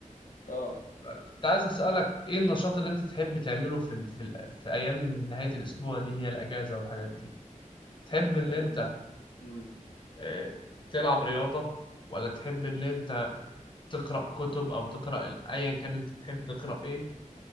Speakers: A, on the left (about 75°); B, on the left (about 35°).
A: اه
B: كنت عايز أسألك إيه النشاط اللي أنت تحب تعمله في ال... في, ال... في أيام من نهاية الأسبوع دي اللي هي الأجازة والحاجات دي تحب إن
A: آه،
B: أنت
A: أمم.
B: آه، تلعب رياضة ولا تحب إن أنت تقرأ كتب أو تقرأ ال- أيا كان أنت بتحب تقرأ إيه